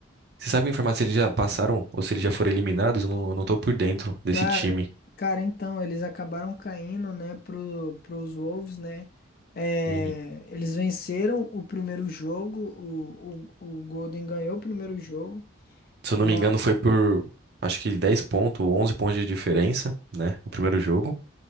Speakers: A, on the right; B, on the left.
A: você sabe me informar se eles já passaram ou se eles já foram eliminados? Eu não, eu não tô por dentro desse
B: Cara,
A: time.
B: cara, então, eles acabaram caindo, né, pro, pros Wolves, né? É,
A: Uhum.
B: eles venceram o primeiro jogo, o, o, o Golden ganhou o primeiro jogo,
A: Se eu não
B: ma,
A: me engano, foi por acho que 10 pontos ou 11 pontos de diferença, né? O primeiro jogo.